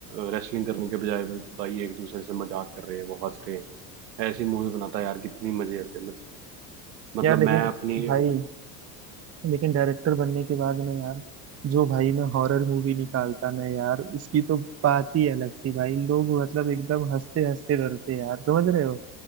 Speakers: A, on the right; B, on the right.
A: रेसलिंग करने के बजाय भाई भाई एक दूसरे से मजाक कर रहे हैं वो हंस रहे हैं ऐसी मूवी बनाता यार कितनी मजे आते मत- मतलब
B: यार लेकिन
A: मैं अपनी
B: भाई लेकिन डायरेक्टर बनने के बाद में यार जो भाई मैं हॉरर मूवी निकालता ना यार उसकी तो बात ही अलग थी भाई लोग मतलब एकदम हंसते हंसते डरते यार समझ रहे हो